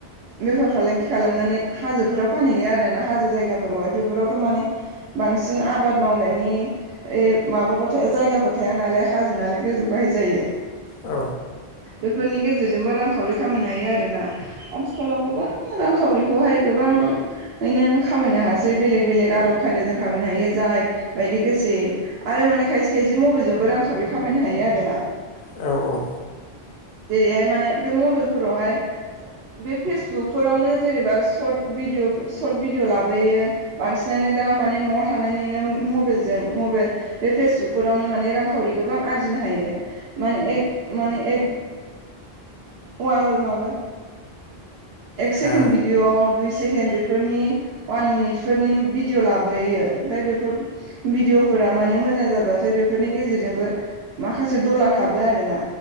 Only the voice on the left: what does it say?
औ
औ औ
हा